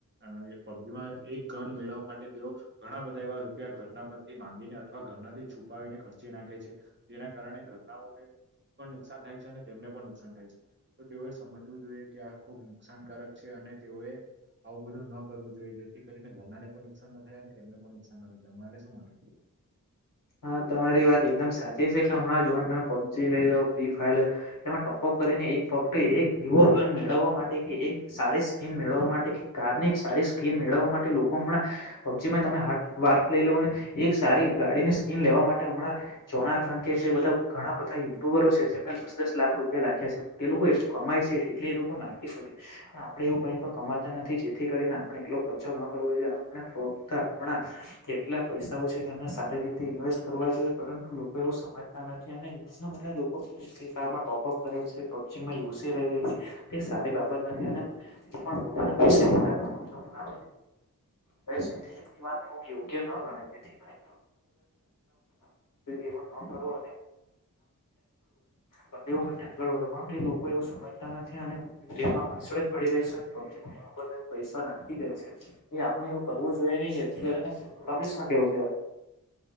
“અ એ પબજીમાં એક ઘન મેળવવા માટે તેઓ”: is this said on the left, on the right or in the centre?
Right